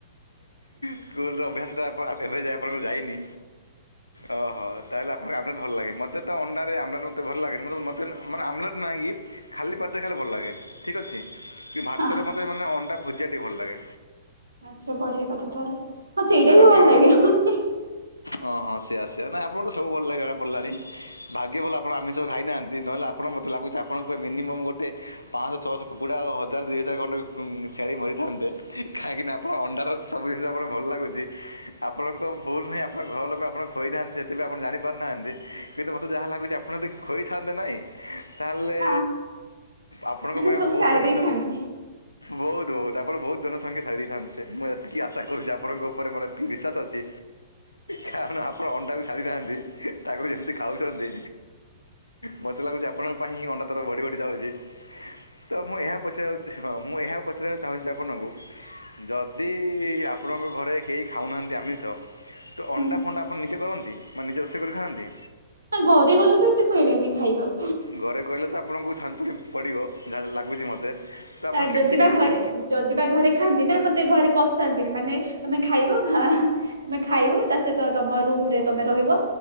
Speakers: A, on the left; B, on the right.
A: ସ୍କୁଲ ଅଭ୍ୟାସ ଆମେ ଏବେ ଯା ଆପଣଙ୍କୁ ଯାଇନି ଓହୋ ତାହେଲେ ଆପଣ ଆମଲେଟ୍ ଭଲ ଲାଗେ ମୋତେ ତ ଅଣ୍ଡାରେ ଆମଲେଟ୍ ମତେ ଭଲ ଲାଗେନି ମ ମୋତେ ମାନେ ଆମଲେଟ୍ ନହିଁକି ଖାଲି ପାଟିରେ ଖାଇଲେ ଭଲ ଲାଗେ ଠିକ୍ ଅଛି। କି ଭାତ
B: ହଁ
A: ରେ ମତେ ମାନେ ଅଣ୍ଡା ଭୁଜିଆ ଟି ଭଲ ଲାଗେ।
B: ଆଚ୍ଛା ବଢିଆ କଥା ତାହେଲେ ହଁ ସେଇଟା
A: ତାହେଲେ
B: ବି
A: ଆପଣ
B: ଭଲ ଲାଗିବ ମ।
A: ହଁ ହଁ ସେ ଆସିବା ନହିଁ ଆପଣ ତ ସବୁ ଭଲ ଲାଗୋ ପିଲାଣି ଭାଗ୍ୟ ଭଲ ଆପଣ ଆମିଷ ସହ ଖାଇନାହାନ୍ତି ନହେଲେ ଆପଣ ମତେ ଲାଗୁଛି ଆପଣଙ୍କ ପାଇଁ ମିନିମମ୍ ଗୋଟେ ପାଞ୍ଚଶହ ଛଅଶହ କୁକୁଡ଼ା ହଜାର ଦୁଇ ହଜାର ଖଣ୍ଡେ ଛେଳି ମରିଥାନ୍ତେ। କାଇଁକି ନା ଆପଣ ଅଣ୍ଡାର ସବୁ ଜିନିଷ ଆପଣ ଭଲ ଲାଗୁଛି। ଆପଣଙ୍କ ଭୁଲ ନାହିଁ ଆପଣଙ୍କ ଘର ଲୋକ ଆପଣଙ୍କୁ କହି ନାହାନ୍ତି ସେଥିପାଇ ଆପଣଜାଣି ପାରୁନାହାନ୍ତି କିନ୍ତୁ ମତେ ଯାହା ଲାଗୁଛି ଆପଣ ଟି ହୋଇଥାନ୍ତେ ନହିଁ ତାହେଲେ
B: ହଁ।
A: ଆପଣଙ୍କ
B: ମାନେ
A: ପାଇଁ
B: ସବୁ
A: ବହୁତ
B: ସାରି
A: ଧିନ୍
B: ଦେଇଥାନ୍ତି
A: ଦିନ ବହୁତ୍ ବହୁତ୍ ଆପଣ ବହୁତ ଜନସଖ୍ୟା ଖାଇ ଦେଇଥାନ୍ତେ ମୁଁ ଏତିକି ଆଶା କରୁଛି ଆପଣଙ୍କ ଉପରେ ମୋର ବିଶ୍ୱାସ ଅଛି। କାରଣ ଆପଣ ଅଣ୍ଡାକୁ ସାରିନାହାନ୍ତି ତାକୁ ଯେମିତି ଖାଉଛନ୍ତି। ମତେ ଲାଗୁଛି ଆପଣଙ୍କ ପାଇଁଁ ହିଁ ଅଣ୍ଡା ତ ବଢି ବଢି ଯାଉଛି। ତ ମୁଁ ଏହା ପଚାରିବାକୁ ହଁ ମୁଁ ଏହାକୁ ପଚାରିବାକୁ ଚାହୁଁଛି ଆପଣଙ୍କୁ ଯଦି ଆପଣଙ୍କ ଘରେ କେହି ଖାଉନାହାନ୍ତି ଆମିଷ ତ ଅଣ୍ଡା
B: ହୁଁ
A: ଫଣ୍ଡା ଆପଣ ନିଜେ କରନ୍ତି ବା ନିଜେ ରୋଷେଇ କରି ଖାଆନ୍ତି।
B: ନା ଘରେ ଗଲେତ ଏତେ ମିଳେନି ଖାଇବାକୁ।
A: ଘରେ କହିଲେ ତାପ୍ ଆପଣଙ୍କୁ ଛାଞ୍ଚୁ ଡି ପଡ଼ିବ ଯାହା ଲାଗୁଛି ମୋତେ। ତ ଆପଣ
B: ଆ
A: କେମିତି
B: ଯଦି ବା
A: ଖାଆନ୍ତି
B: ଘରେ ଯଦି ବା ଘରେ ଖାଆନ୍ତି ନା ମତେ ଘରେ ପଶାନ୍ତିନି ମାନେ ତମେ ଖାଇବ ଖାଁ ତମେ ଖାଇବ ତା ସହିତ ତମ ରୁମ ରେ ତମେ ରହିବ